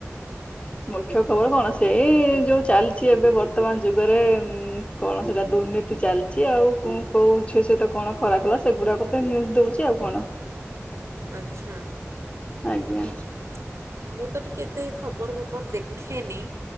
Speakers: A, on the left; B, on the right.
A: ମୁଖ୍ୟ ଖବର କଣ ସେଇ ଯୋଉ ଚାଲଚି ଏବେ ବର୍ତ୍ତମାନ ଯୁଗରେ ଉଁ କଣ ସେଟା ଦୁର୍ନୀତି ଚାଲଚି ଆଉ କୁଁ କୋଉ ଝିଅ ସହିତ କଣ ଖରାପ ହେଲା ସେଗୁଡ଼ାକ ତ ଏ ନ୍ୟୁଜ୍ ଦୋଉଚି ଆଉ କଣ।
B: ଆଚ୍ଛା
A: ଆଜ୍ଞା
B: ଆଉ ମୁଁ ତ ଟିକେ ଏତେ ଖବର ଫବର ଦେଖେନି